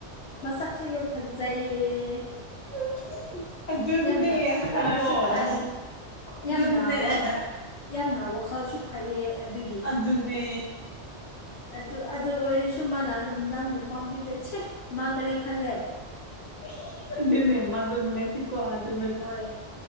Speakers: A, on the left (about 75°); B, on the left (about 40°).
A: ꯃꯁꯛꯁꯨ ꯌꯥꯝ ꯐꯖꯩꯌꯦ꯫
B: <unintelligible>
A: ꯌꯥꯝꯅ ꯐꯁꯨ ꯐꯩꯌꯦ ꯌꯥꯝꯅ
B: ꯑꯗꯨꯅꯦ
A: ꯋꯥ ꯌꯥꯝꯅ ꯋꯥꯈꯜꯁꯨ ꯐꯩꯌꯦ ꯑꯗꯨꯒꯤ
B: ꯑꯗꯨꯅꯦ
A: ꯑꯗꯨ ꯑꯗꯨ ꯑꯣꯏꯔꯁꯨ ꯃꯥꯅ ꯅꯪꯕꯨ ꯄꯥꯝꯕꯤꯗ‌ꯦ ꯁꯦ ꯃꯥ ꯀꯔꯤ ꯈꯜꯂꯦ
B: ꯅꯦ <unintelligible> ꯃꯗꯨ ꯃꯪꯒꯥꯏꯁꯤ <unintelligible> ꯀꯣ ꯑꯗꯨ
A: ꯍꯣꯏ